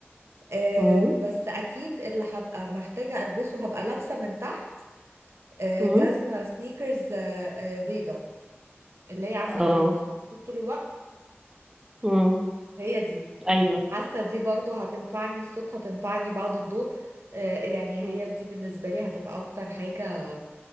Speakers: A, on the right; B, on the right.
A: آه،
B: م-
A: بس اكيد اللي هبقى محتاجة البسه هبقى لابسة من تحت آه،
B: م-
A: جزمة سنيكرز آه، آه، بيضة اللي هي عارفة
B: اه
A: اللي بيلبسوها طول الوقت
B: م-
A: هي دي
B: ايوه
A: حاسه دي برضو هتنفعني الصبح هتنفعني بعد الظهر آه، يعني
B: م-
A: هي دي بالنسبه لي هتبقى اكتر حاجه